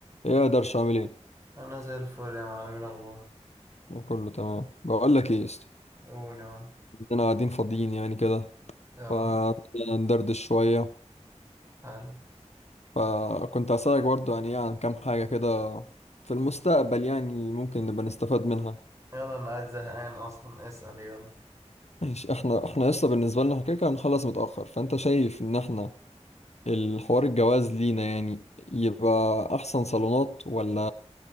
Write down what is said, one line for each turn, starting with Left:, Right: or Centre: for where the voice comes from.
Left: ايه اقدرش اعمل ايه
Right: انا زي الفل يا معلم إيه الاخبار
Left: كله تمام بقول لك ايه يا اسطى
Right: قول يا معلم
Left: انا قاعدين فاضيين يعني كده
Right: اه
Left: فندردش شويه
Right: حلو
Left: فكنت هسألك برضو يعني ايه عن كام حاجه كده في المستقبل يعني ممكن نبقى نستفاد منها
Right: يلا انا قاعد زهقان اصلا اسأل يلا
Left: ماشي احنا احنا لسه بالنسبه لنا إحنا كده كده هنخلص متاخر فانت شايف ان احنا الحوار الجواز لينا يعني يبقى أحسن صالونات ولا